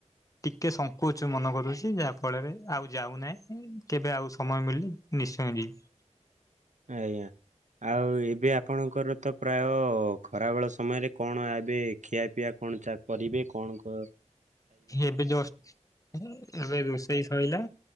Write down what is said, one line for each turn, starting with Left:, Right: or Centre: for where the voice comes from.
Left: ଟିକେ ସଙ୍କୋଚ ମନେ କରୁଛି ଯାହା ଫଳରେ ଆଉ ଯାଉନାହିଁ କେବେ ଆଉ ସମୟ ମିଳିଲେ ନିଶ୍ଚୟ ଯିବି।
Right: ଆଜ୍ଞା। ଆଉ ଏବେ ଆପଣଙ୍କର ତ ପ୍ରାୟ ଖରାବେଳ ସମୟ ରେ କଣ ଏବେ ଖିଆ ପିଆ କଣ ଚା ପରିବେ କଣ କୁହ।
Left: ଏବେ ଯଷ୍ଟ ଏବେ ରୋଷେଇ ସଇଲା।